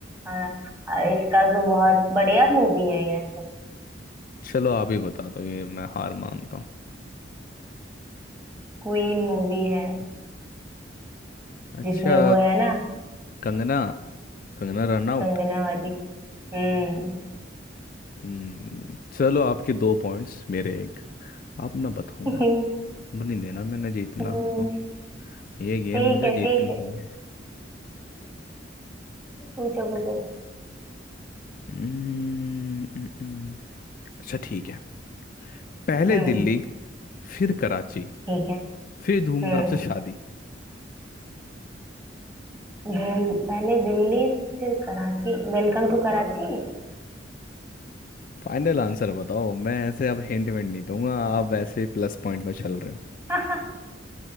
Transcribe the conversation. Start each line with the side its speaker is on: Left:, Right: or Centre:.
Right: और इसका तो बहुत बढ़िया मूवी है ये
Left: चलो आप ही बता दो ये मैं हार मानता हूँ
Right: क्वीन मूवी है
Left: अच्छा
Right: जिसमें वो है ना
Left: Kangana Kangana run out
Right: कंगना वाली हम्म
Left: हम्म, चलो आपके दो पॉइंट्स मेरे एक अब मैं बताऊंगा
Right: <laughs>
Left: अब नहीं देना मैंने जीतना
Right: हम्म,
Left: आपको ये गेम
Right: ठीक
Left: मुझे
Right: है
Left: जीतनी
Right: ठीक है
Left: ही
Right: <laughs>
Left: है
Right: पूछो पूछो
Left: हम्म, हम्म, हम्म। अच्छा ठीक है पहले
Right: हम्म
Left: दिल्ली फिर कराची
Right: ठीक है
Left: फिर धूमधाम
Right: हम्म
Left: से शादी
Right: दिल- पहले दिल्ली फिर कराची वेलकम टू कराची
Left: फाइनल आंसर बताओ मैं ऐसे अब हिंट विंट नहीं दूंगा आप वैसे प्लस पॉइंट में चल रहे हो
Right: <laughs>